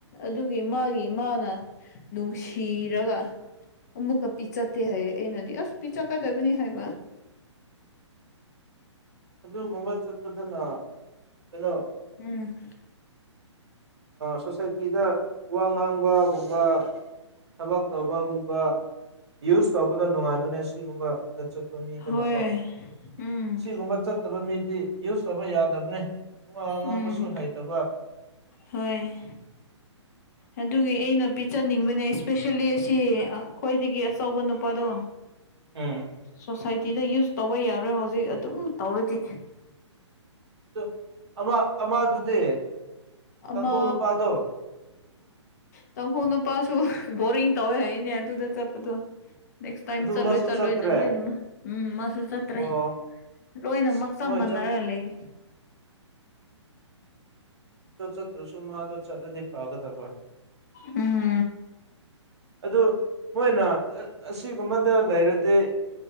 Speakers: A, on the left (about 35°); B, on the right (about 60°).
A: ꯑꯗꯨꯒꯤ ꯃꯥꯒꯤ ꯏꯃꯥꯅ ꯅꯨꯡꯁꯤꯔꯒ ꯃꯨꯀ ꯄꯤꯆꯇꯩ ꯍꯥꯏꯌꯦ ꯑꯦꯅꯗꯤ ꯑꯁ ꯄꯤꯆ ꯀꯗꯕꯅꯤ ꯍꯥꯏꯕ
B: ꯑꯗꯨ ꯃꯝꯕꯔ ꯆꯛꯇ ꯑꯗꯨꯅ ꯀꯂꯣ
A: ꯎꯝ
B: ꯁꯣꯁꯥꯏꯇꯤꯗ ꯋꯥ ꯉꯥꯡꯕꯒꯨꯝꯕ ꯊꯕꯛ ꯇꯧꯕꯒꯨꯝꯕ ꯌꯨꯁ ꯇꯧꯕꯗꯣ ꯅꯨꯡꯉꯥꯏꯕꯅꯦ ꯁꯤꯒꯨꯝꯕꯗ ꯆ ꯃꯤꯗꯨꯅꯀꯣ
A: ꯍꯣꯏ ꯎꯝ
B: ꯁꯤꯒꯨꯝꯕ ꯆꯠꯇꯕ ꯃꯤꯗꯤ ꯌꯨꯁ ꯇꯧꯕ ꯌꯥꯗꯕꯅꯦ ꯑ ꯉꯥꯡꯕꯁꯨ
A: ꯎꯝ
B: ꯍꯩꯇꯕ
A: ꯍꯣꯏ ꯑꯗꯨꯒꯤ ꯑꯩꯅ ꯄꯤꯖꯅꯤꯡꯕꯅꯦ ꯏꯁꯄꯦꯁꯦꯜꯂꯤ ꯑꯁꯤ ꯈ꯭ꯋꯥꯏꯗꯒꯤ ꯑꯆꯧꯕ ꯅꯨꯄꯥꯗꯣ
B: ꯎꯝ
A: ꯁꯣꯁꯥꯏꯇꯤꯗ ꯌꯨꯁ ꯇꯧꯕ ꯌꯥꯔꯣꯏ ꯍꯧꯖꯤꯛ ꯑꯗꯨꯝ ꯇꯧꯔꯗꯤ
B: ꯑꯗꯨ ꯑꯃ ꯑꯃꯗꯨꯗꯤ
A: ꯑꯃ
B: ꯇꯥꯡꯈꯨꯜ ꯅꯨꯄꯥꯗꯣ
A: ꯇꯥꯡꯈꯣꯡ ꯅꯨꯄꯥꯁꯨ ꯣꯔꯤꯡ ꯇꯧꯋꯦꯅꯦ ꯑꯗꯨꯗ ꯆꯞꯗꯨ ꯅꯦꯛꯁ ꯇꯥꯏꯝ
B: ꯑꯗꯨ
A: ꯆꯠꯂꯣꯏ
B: ꯃꯥꯁꯨ
A: ꯆꯠꯂꯣꯏꯅ
B: ꯆꯠꯇ꯭ꯔꯦ
A: ꯂꯣꯏꯅꯃꯛ ꯎꯝ ꯃꯥꯁꯨ ꯆꯠꯇ꯭ꯔꯦ
B: ꯑꯣ
A: ꯂꯣꯏꯅꯃꯛ
B: ꯑꯁ
A: ꯆꯞ
B: ꯃꯣꯏ
A: ꯃꯥꯟꯅꯔ
B: ꯆꯠꯄꯗꯣ
A: ꯂꯩꯦ
B: ꯠꯇꯣ ꯆꯠꯇ꯭ꯔꯨꯁꯨ ꯃꯥꯗꯣ ꯆꯠꯂꯗꯤ ꯐꯒꯗꯕ
A: ꯎꯝ
B: ꯑꯗꯨ ꯃꯣꯏꯅ ꯑꯁꯤꯒꯨꯝꯕꯗ ꯂꯩꯔꯗꯤ